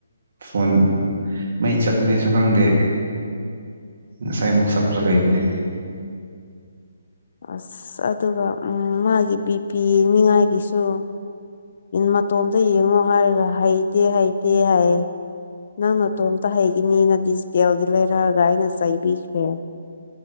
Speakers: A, on the right (about 60°); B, on the left (about 55°).
A: ꯐꯣꯟ ꯃꯩ ꯆꯠꯄꯅꯦꯁꯨ ꯈꯪꯗꯦ ꯉꯁꯥꯏ ꯑꯃꯨꯛ ꯆꯞꯈ꯭ꯔ ꯂꯩꯕꯅꯤ
B: ꯑꯁ ꯑꯗꯨꯒ ꯎ ꯃꯥꯒꯤ ꯕꯤꯄꯤ ꯃꯤꯉꯥꯏꯒꯤꯁꯨ ꯃꯇꯣꯝꯇ ꯌꯦꯡꯉꯣ ꯍꯥꯏꯔꯒ ꯍꯩꯇꯦ ꯍꯩꯇꯦ ꯍꯥꯏꯩꯌꯦ ꯅꯪ ꯃꯇꯇꯣꯝꯇ ꯍꯩꯈꯤꯅꯤꯅ ꯗꯤꯖꯤꯇꯦꯜꯒꯤ ꯂꯩꯔꯛꯑꯒ ꯑꯩꯅ ꯆꯩꯕꯤꯈ꯭ꯔꯦ